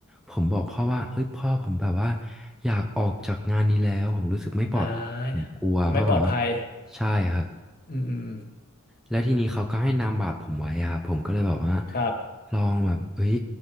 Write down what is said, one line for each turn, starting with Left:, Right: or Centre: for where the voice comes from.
Centre: ผมบอกพ่อว่าเฮ้ยพ่อผมแบบว่าอยากออกจากงานนี้แล้วผมรู้สึกไม่ปลอด
Left: อ่าไม่ปลอดภัย
Centre: ผมกลัวเพราะแบบว่าใช่ครับ
Left: อืมอืม
Centre: แล้วทีนี้เขาก็ให้นามบัตรผมไว้อะครับผมก็เลยแบบว่า
Left: ครับ
Centre: ลองแบบเอ้ย